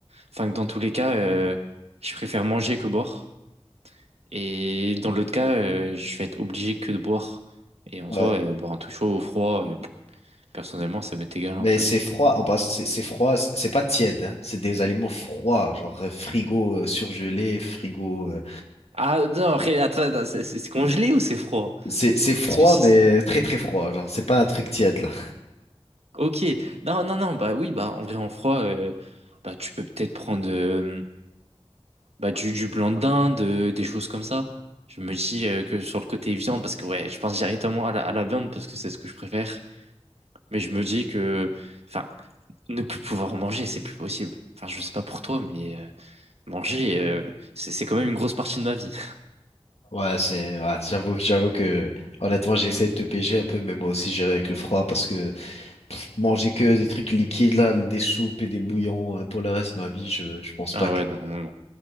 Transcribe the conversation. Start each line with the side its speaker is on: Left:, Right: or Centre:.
Right: Enfin, que dans tous les cas, euh, je préfère manger que boire. Et dans l'autre cas, euh, je vais être obligé que de boire. Et en
Left: Ouais.
Right: soi, euh, boire un tout chaud ou froid, euh, personnellement, ça m'est égal un
Left: Mais
Right: peu.
Left: c'est froid, en passe, c'est c'est froid, c'est c'est pas tiède, hein, c'est des aliments froids, genre euh, frigo euh, surgelé, frigo. euh,
Right: Ah non, après, attends, attends, c'est c'est- c'est congelé ou c'est froid?
Left: c'est c'est froid,
Right: Parce que si...
Left: mais très très froid, genre c'est pas un truc tiède là.
Right: Ok, non, non, non, bah oui, bah en vrai, en froid, euh, bah, tu peux peut-être prendre... euh, bah, du, du blanc de dinde, euh, des choses comme ça. Je me dis euh, que sur le côté viande, parce que ouais, je pense directement à la, à la viande parce que c'est ce que je préfère. Mais je me dis que, enfin, ne plus pouvoir manger, c'est plus possible. Enfin, je sais pas pour toi, mais euh, manger, euh, c'est c'est quand même une grosse partie de ma vie.
Left: Ouais, c'est, ouais, j'avoue, j'avoue que honnêtement j'ai essayé de te piéger un peu, mais moi aussi j'irai avec le froid parce que pff, Manger que des trucs liquides là, des soupes et des bouillons
Right: <laughs>
Left: euh, pour le reste de ma vie, je, je pense
Right: Ah
Left: pas que
Right: ouais, non, non, non,